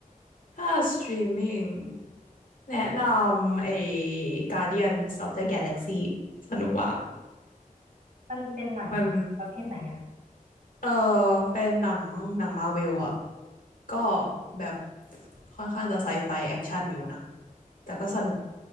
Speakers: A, on the left (about 70°); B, on the right (about 60°).
A: ถ้าสตรีมมิ่งแนะนำไอ้ Guardians of the Galaxy สนุกว่า
B: มันเป็นหนังประเภทไหนอ่ะ
A: มันเออเป็นหนังหนังมาเวลอะ ก็แบบค่อนข้างจะไซไฟแอคชั่นอยู่นะแต่ก็สนุก